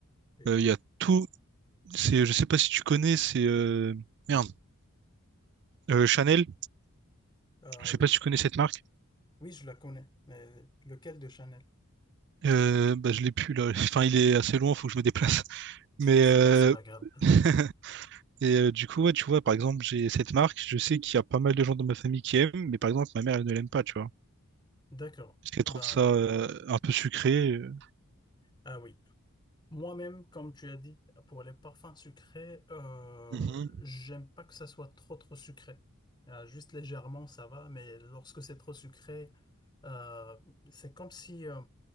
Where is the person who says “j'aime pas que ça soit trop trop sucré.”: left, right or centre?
Left